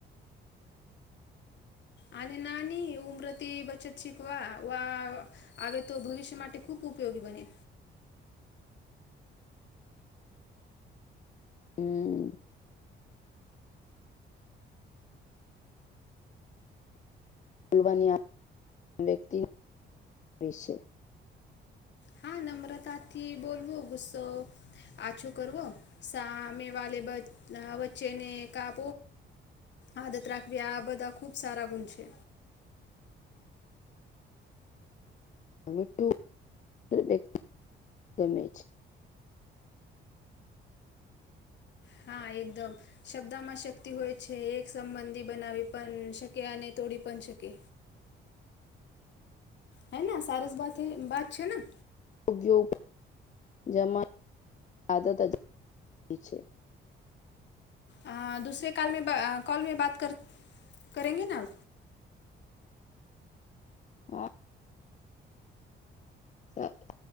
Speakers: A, on the left (about 65°); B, on the left (about 40°).
A: આને નાની ઉમ્રતી બચત શિકવા વા આવે તો ભવિષ્ય માટે ખૂબ ઉપયોગી બને
B: હમ. બોલવાની આ વ્યક્તિ છે.
A: હા નમ્રતા થી બોલવો ગુસ્સો આછું કરવો સામે વાલે વચ્ચેને <unintelligible> આદત રાખવી આ બધા ખુબ સારા ગુણ છે.
B: <unintelligible> ગમે છે.
A: હા એકદમ શબ્દામાં શક્તિ હોય છે એક સંબંધી બનાવી પણ શકે. અને તોડી પણ શકે. હે ના સારસ બાથે બાત છે નાં.
B: <unintelligible> જમા આદત છે.
A: આ દૂસરે કાલમે કોલ મે બાત કર કરેગે ના
B: <unintelligible> <unintelligible>